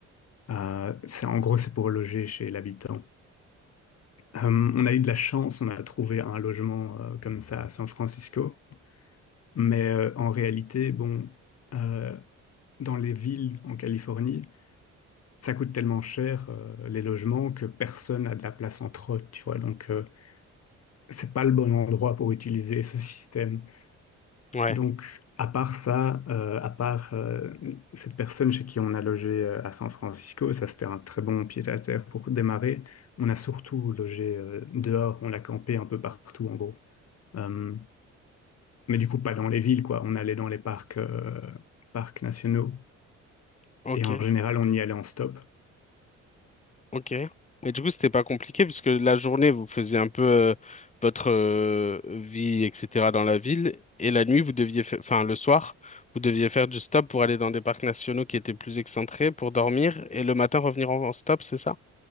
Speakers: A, on the left (about 55°); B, on the left (about 25°).
A: Euh, c'est, en gros, c'est pour loger chez l'habitant. Euh, on a eu de la chance, on a trouvé un logement euh, comme ça à San Francisco. Mais euh, en réalité, bon, euh, dans les villes en Californie, ça coûte tellement cher euh, les logements que personne n'a de la place entre eux, tu vois. Donc, euh, c'est pas le bon endroit pour utiliser ce système.
B: ouais,
A: Donc, à part ça, euh, à part euh, cette personne chez qui on a logé euh, à San Francisco, ça c'était un très bon pied-à-terre pour démarrer. On a surtout logé euh, dehors, on a campé un peu partout en gros. Euh, mais du coup, pas dans les villes, quoi. On allait dans les parcs, euh, parcs nationaux.
B: ok.
A: Et en général, on y allait en stop.
B: Ok. Mais du coup, c'était pas compliqué parce que la journée, vous faisiez un peu euh, votre euh, vie, etc. dans la ville. Et la nuit, vous deviez faire, enfin, le soir, vous deviez faire du stop pour aller dans des parcs nationaux qui étaient plus excentrés pour dormir et le matin revenir en en stop, c'est ça?